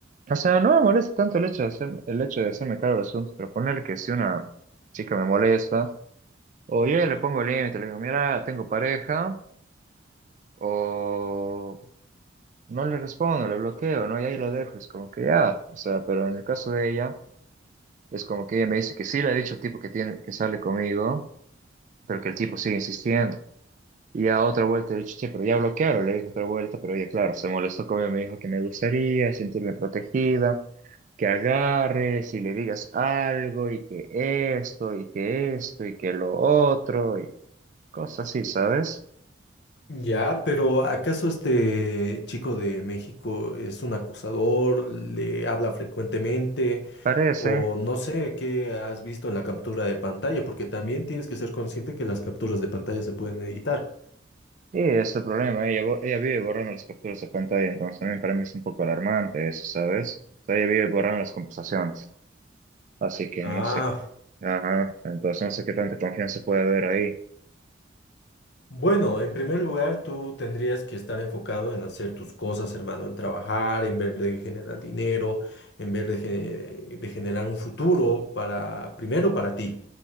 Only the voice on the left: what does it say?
Ya, pero ¿acaso este chico de México es un acosador? ¿Le habla frecuentemente?
O no sé qué has visto en la captura de pantalla, porque también tienes que ser consciente que las capturas de pantalla se pueden editar.
Ah.
Bueno, en primer lugar, tú tendrías que estar enfocado en hacer tus cosas, hermano, en trabajar, en ver de generar dinero, en ver de, ge- de generar un futuro para, primero para ti.